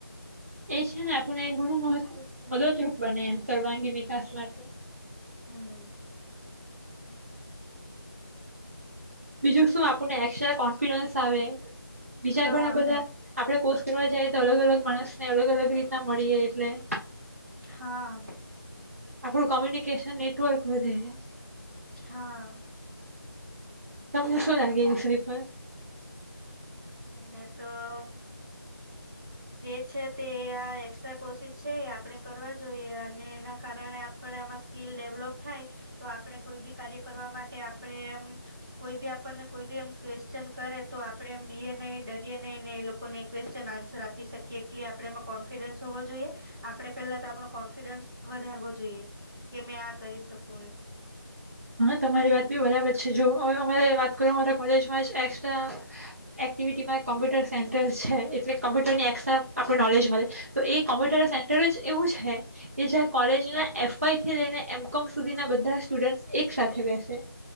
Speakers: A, on the right; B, in the centre.
A: એ છે ને આપણને ઘણું મહત મદદરૂપ બને એમ સર્વાંગી વિકાસ માટે.
B: હમ.
A: બીજું શું આપણને એકસ્ટ્રા કોન્ફિડન્સ આવે બીજા
B: હા
A: ઘણા બધા... આપડે કોર્સ કરવા જાઈએ તો અલગ અલગ માણસને અલગ અલગ રીતના મળીએ એટલે...
B: હા.
A: આપણું નેટવર્ક વધે.
B: હા.
A: તમને શું લાગે એ વિષય પર.
B: હ તો જે છે તે આ એક્સ્ટ્રા કોર્સિસ છે એ આપણે કરવા જોઈએ, અને એના કારણે આપણે આમાં સ્કીલ ડેવલોપ થાય, તો આપણે કોઈ બી કાર્ય કરવા માટે આપણે એમ... કોઈ બી આપણને કોઈ બી એમ... ક્વેશ્ચન કરે તો આપડે એમ. બ નહી ડરએ નહી ને એ લોકોને ક્વેશ્ચન આન્સર આપી શકીએ એટલે આપણે એમાં કોન્ફિડન્સ હોવો જોઈએ આપણે પેલા... આપડો કોન્ફિડન્સ વધારવો જોઈએ. કે મેં આ કરી શકું એમ.
A: હા તમારી વાત બી બરાબર છે જુઓ. હવે અમારે
B: હમ
A: વાત કરું અમારા કોલેજમાં જ એસ. એક્ટિવિટીમાં કોમ્પ્યુટર સેન્ટર છે એટલે. કમ્પ્યુર ની
B: હા
A: એ આપણે નોલેજ. હ. <unintelligible> તો એ કોમ્પ્યુટર
B: હા
A: સેન્ટર જ એવું છે કે જ્યાં કોલેજના એફ ફઈથી લઈને એમ કોમ સુધીના બધા સ્ટુડન્ટ્સ એક સાથે બેસે